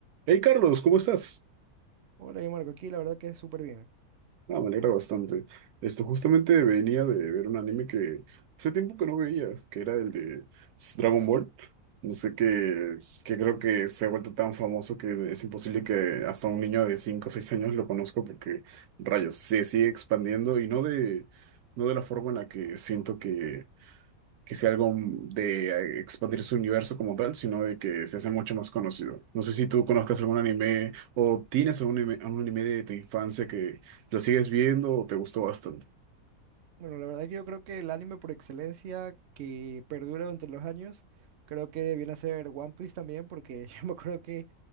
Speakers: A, on the right; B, on the right.
A: Hey Carlos, ¿cómo estás?
B: Hola, yo Marco, aquí la verdad que es súper bien.
A: Ah, me alegra bastante. Esto justamente venía de ver un anime que hace tiempo que no veía, que era el de Dragon Ball. No sé qué, que creo que se ha vuelto tan famoso que es imposible que hasta un niño de 5 o 6 años lo conozca porque, rayos, se sigue expandiendo y no de, no de la forma en la que siento que que sea algo de expandir su universo como tal, sino de que se hace mucho más conocido. No sé si tú conozcas algún anime o tienes algún anime, algún anime de tu infancia que lo sigues viendo o te gustó bastante.
B: Bueno, la verdad que yo creo que el anime por excelencia que perdura durante los años, creo que viene a ser One Piece también, porque <laughs> yo me acuerdo que